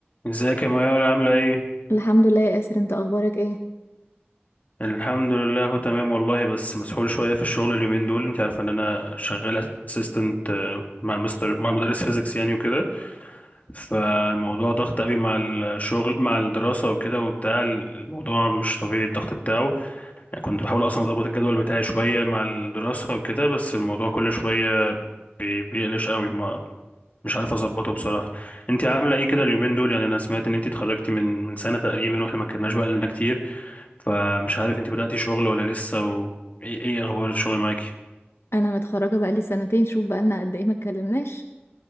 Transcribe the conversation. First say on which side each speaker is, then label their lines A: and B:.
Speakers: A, on the left; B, on the left.
A: ازيك يا ميار عاملة ايه؟
B: الحمد لله يا ياسر انت اخبارك ايه
A: الحمد لله هو تمام والله بس مسحول شوية في الشغل اليومين دول انت عارفة ان انا شغال اسيستنت مع مستر مع مدرس فيزيكس يعني وكده فالموضوع ضغط قوي مع الشغل مع الدراسة وكده وبتاع الموضوع مش طبيعي الضغط بتاعه يعني كنت بحاول اصلا اظبط الجدول بتاعي شوية مع الدراسة وكده بس الموضوع كل شوية بي- بيقلش قوي ما مش عارف اظبطه بصراحة انت عاملة ايه كده اليومين دول يعني انا سمعت ان انت اتخرجتي من من سنة تقريبا واحنا ما اتكلمناش بقى لنا كتير فمش عارف انت بدأتي شغل ولا لسه وايه ايه ايه اخبار الشغل معاكي
B: انا متخرجه بقالي سنتين شوف بقالنا قد ايه ما اتكلمناش